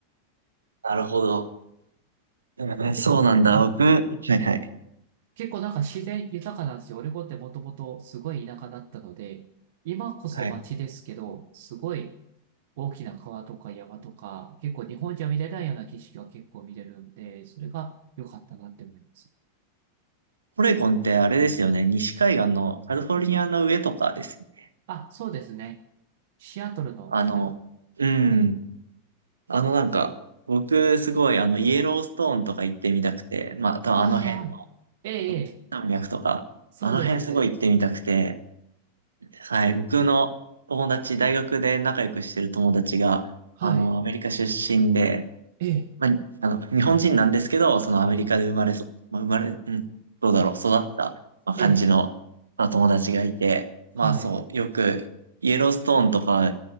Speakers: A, on the right; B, on the right.
A: なるほど。うんそうなんだ。
B: 結構、うん、
A: 僕、はいはい。
B: 結構なんか自然豊かなんですよ。オレゴンってもともとすごい田舎だったので、今こそ街ですけど、
A: はい。
B: すごい大きな川とか山とか、結構日本じゃ見れないような景色が結構見れるんで、それが良かったなって思います。
A: オレゴンってあれですよね。西海岸のカリフォルニアの上とかですよね。
B: あ、そうですね。シアトルの下。
A: あの、うん。
B: はい。
A: あのなんか、僕すごいあのイエローストーンとか行ってみたくて、まあ多分あの辺の
B: ああ、ええ、ええ
A: 山脈とか、
B: そうですね。
A: あの辺すごい行ってみたくて、はい、僕の友達、大学で仲良くしてる友達が、
B: はい。
A: あの、アメリカ出身で、
B: ええ、
A: まあ、あの、日本人なんですけど、そのアメリカで生まれそ、まあ、生まれ、ん、どうだろう、育った、まあ、感じの、
B: ええ、
A: まあ、友達がいて、まあそう、
B: はい。
A: よくイエローストーンとか